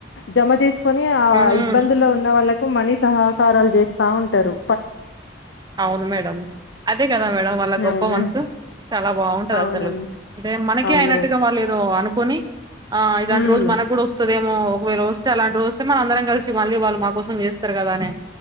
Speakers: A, on the left; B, on the right.
A: జమ చేసుకొని ఆ
B: ఉమ్
A: ఇబ్బందుల్లో ఉన్న వాళ్లకు మనీ సహాకారాలు చేస్తా ఉంటరు
B: అవును మేడం అదే కదా మేడం వాళ్ళ గొప్ప
A: అవునండి
B: మనసు చాలా బాగుంటదసలు
A: అవునండి
B: అంటే మనకి
A: అవును
B: అయినట్టుగా వాల్లేదో అను కొని ఆ ఇలాంటి
A: ఉమ్
B: రోజు మనకు కూడా వస్తదేమో ఒకవేల చలాంటిదొస్తే మన అందరం కలిసి మళ్ళీ వాళ్ళు మా కోసం చేత్తారు కదా అనే